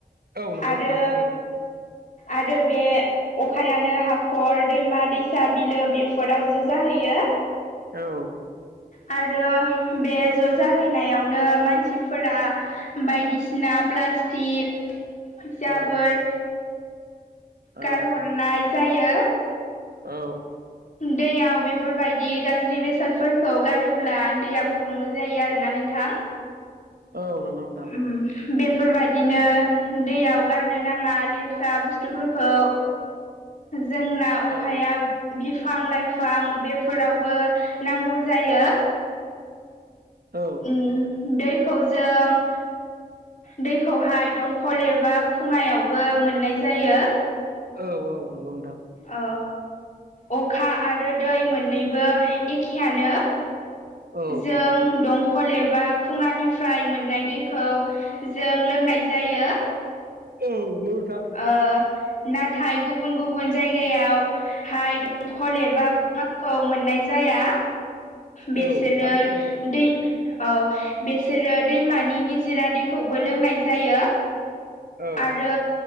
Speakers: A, on the right; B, on the left.
A: औ नंगौ
B: आरो
A: नोंथां थारैनो
B: आरो बे अखायानो हाखर दैमा दैसा बिलो बेफोराव ज' जाहैयो
A: औ
B: आरो बे ज' जाहैनायावनो मानसिफोरा बायदिसिना प्लास्टिक जाबोर
A: औ औ
B: गारहरनाय जायो
A: औ
B: दैयाव बेफोरबायदि गाज्रि बेसादफोरखौ गारोब्ला दैया गुबुंबो जायो आरोना नोंथां।
A: <inaudible> औ नंगौ नोंथां
B: उम बे फोरबायदिनो दैयाव गारनो नाङा लेथ्रा बुस्थुफोरखौ जोंना अखाया
A: औ
B: बिफां-लाइफां बेफोरावबो नांगौ जायो।
A: औ
B: उम दैखौ जों दैखौहाय दंखल एबा खुङायावबो मोननाय जायो।
A: औ औ नंगौ नोंथां
B: औ अखा आरो दै मोननैबो एखेयानो।
A: औ
B: जों दं कल एबा खुङानिफ्राय मोननाय दैखौ जों लोंनाय जायो।
A: औ <unintelligible>
B: ओ नाथाय गुबुन गुबुन जायगायाव हाय दंखल एबा खुवाखौ मोननाय जाया। बेसोरो
A: औ थारैनो नंगौ नोंथां
B: दै औ बेसोरो दैमानि निजिरा दैखौबो लोंनाय जायो।
A: औ
B: आरो